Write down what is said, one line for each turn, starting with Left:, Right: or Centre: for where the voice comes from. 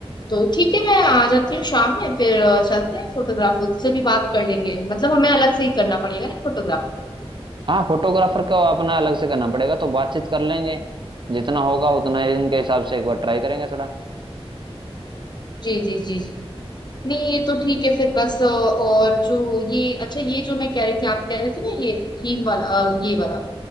Left: तो ठीक है मैं आ जाती हूँ शाम में फिर अ, चलते हैं फोटोग्राफर उससे भी बात कर लेंगे मतलब हमें अलग से ही करना पड़ेगा ना फोटोग्राफ
Right: हाँ फोटोग्राफर को अपना अलग से करना पड़ेगा तो बातचीत कर लेंगे जितना होगा उतना ही उनके हिसाब से एक बार ट्राई करेंगे थोड़ा
Left: जी जी जी जी नहीं ये तो ठीक है फिर बस अ, और जो ये अच्छा ये जो मैं कह रही थी आप कह रहे थे ना ये थीम वाला अ, ये वाला